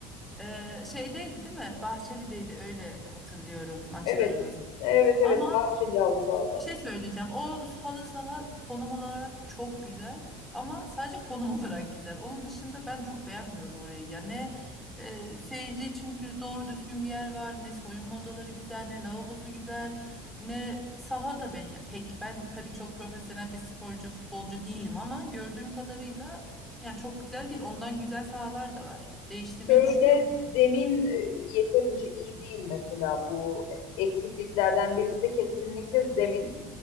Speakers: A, in the centre; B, on the left (about 75°).
A: E, şeydeydi değil mi? Bahçeli'deydi öyle hatırlıyorum maçlarınız.
B: Evet, evet, evet,
A: Ama
B: Bahçeli halı sahada.
A: Bir şey söyleyeceğim. O halı saha konum olarak çok güzel ama sadece konum <laughs> olarak güzel. Onun dışında ben çok beğenmiyorum orayı. Ya ne e, seyirci için dü- doğru düzgün bir yer var, ne soyunma odaları güzel, ne lavabosu güzel, ne saha da be- ya pek ben tabii çok profesyonel bir sporcu, futbolcu değilim ama gördüğüm kadarıyla yani çok güzel değil. Ondan güzel sahalar da var. Değiştirmeyi
B: Şöyle
A: düşünüyor musun?
B: zemin e, yeterince iyi değil mesela bu eksikliklerden birisi de kesinlikle zemin.